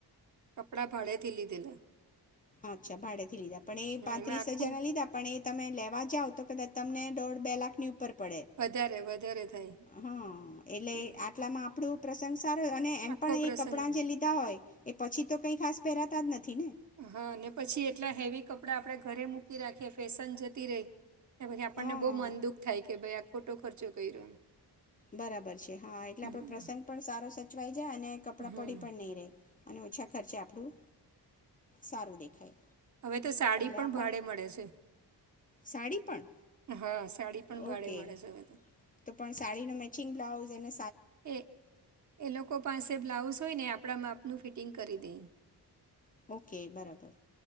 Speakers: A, on the right; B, on the left.
A: કપડા ભાડેથી લીધલા.
B: અચ્છા ભાડેથી લીધા પણ એ પાંત્રીસ
A: એમાં આખું
B: હજાર ના લીધા પણ એ તમે લેવા જાવ તો કદાચ તમને દોઢ બે લાખની ઉપર. પડે.
A: વધારે વધારે થાય
B: હા એટલે
A: હમ,
B: આટલામાં આપણું પ્રશંસ સાર અને એમ
A: આખો
B: પણ
A: પ્રસંગ
B: એ કપડાં જે લીધા હોય એ પછી તો કઈ ખાસ પહેરાતા જ નથી ને.
A: હા ને પછી એટલા હેવી કપડાં આપણેે ઘરે મૂકી રાખીએ ફેશન જતી રહી. ને પછી આપણને
B: હા
A: બહુ મન દુઃખ થાય કે ભાઈ ફોટો ખર્ચો કર્યો એમ.
B: બરાબર છે હા એટલે
A: હમ
B: આપડો પ્રસંગ પણ સારો સ ચવાઈ. અને કપડાં
A: હમ
B: પડી પણ નહી રે. અને ઓછા ખર્ચે આપણું સારું દેખાય
A: હવે તો સાડી
B: એટલે
A: પણ
B: આ
A: ભાડે મળે છે.
B: સાડી પણ
A: હા સાડી પણ
B: ઓકે
A: ભાડે મળે છે હવે તો
B: તો પણ સાડીનો મેચિંગ બ્લા આ જેને.
A: એ એ લોકો પાસે બ્લાઉસ હોય ને આપણા મા નું ફિટિંગ કરી દે
B: ઓકે બરાબર